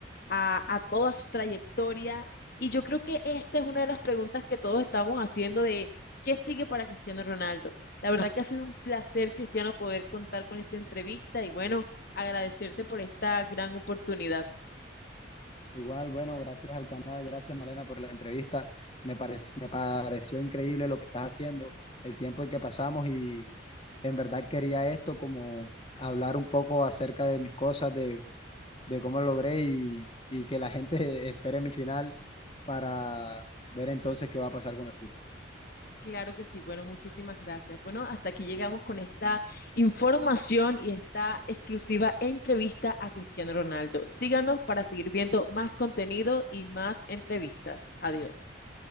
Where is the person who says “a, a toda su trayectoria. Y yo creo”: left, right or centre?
Left